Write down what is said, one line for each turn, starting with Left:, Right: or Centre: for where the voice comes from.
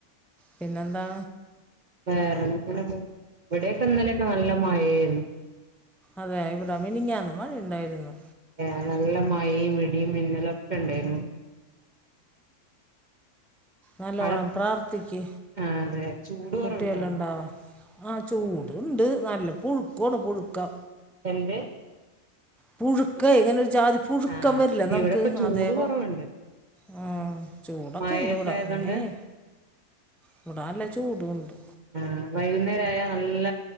Centre: പിന്നെന്താ
Right: വേറെ ഇങ്ങനെ പോണ് ഇവിടെ ഒക്കെ ഇന്നലെ ഒക്കെ നല്ല മഴായിരുന്നു
Centre: അതെ ഇവിടെ മിനിഞ്ഞാന്ന് മഴ ഉണ്ടായിരുന്നു
Right: ഏഹ് നല്ല മഴയും ഇടിയും മിന്നലു ഒക്കെ ഉണ്ടായിരുന്നു
Centre: നല്ലോണം
Right: അവിടെ
Centre: പ്രാർതിഥിക്ക്
Right: ആ അതെ ചൂട് കുറവുണ്ടോ
Centre: കുട്ടിയെള്
Right: അവിടെ
Centre: ഇണ്ടാവാൻ ആ ചൂടുണ്ട് നല്ല പുഴുക്കമാണ് പുഴുക്ക
Right: എന്ത്
Centre: പുഴുക്ക ഇങ്ങനെരു ജാതി പുഴുക്കം
Right: ആ
Centre: വരില നമുക്ക്
Right: ഇവിടെപ്പ ചൂട്
Centre: അതേപോ
Right: കുറവുണ്ട്
Centre: മം ചൂടൊക്കെ
Right: മഴയൊക്കെ
Centre: ഇണ്ട് ഇവിടാ
Right: ആയതൊണ്ട്
Centre: മഴയെ ഇവിടല്ല ചൂടുണ്ട്
Right: ആ വൈകുന്നേര ആയ നല്ല